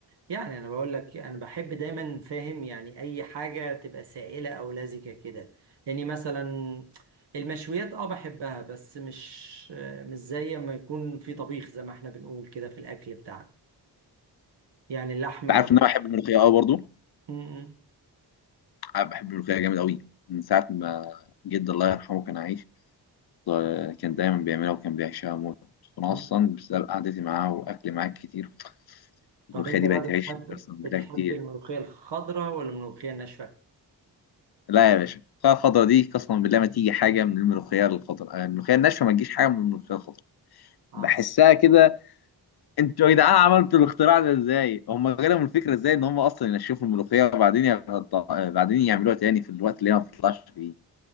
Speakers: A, on the right; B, on the left.
A: يعني أنا بقول لك أنا بحب دايما فاهم يعني أي حاجة تبقى سائلة أو لزجة كده يعني مثلا المشويات أه بحبها بس مش آه مش زي ما يكون في طبيخ زي ما إحنا بنقول كده في الأكل بتاعنا يعني اللحمة
B: انت عارف ان انا بحب الملوخيه قوي برضو
A: مم،
B: عارف بحب الملوخيه جامد قوي من ساعه ما جد الله يرحمه كان عايش آه، كان دايما بيعملها وكان بيعشقها موت انا
A: مم.
B: اصلا بسبب قعدتي معاه واكلي معاه كتير
A: طب
B: الملوخيه
A: انت
B: دي
A: بقى
B: بقت عيش
A: بتحب
B: قسما بالله
A: بتحب
B: كتير
A: الملوخية الخضراء ولا الملوخية الناشفة؟
B: لا يا باشا الملوخية الخضرا دي قسما بالله ما تيجي حاجه من الملوخيه الخضرا آه، الملوخيه الناشفه ما تجيش حاجه من الملوخيه الخضرا
A: اه
B: بحسها كده انتوا يا جدعان عملتوا الاختراع ده ازاي هم جالهم الفكره ازاي ان هم اصلا ينشفوا الملوخيه وبعدين يغط... آه، بعدين يعملوها تاني في الوقت اللي هي ما بتطلعش فيه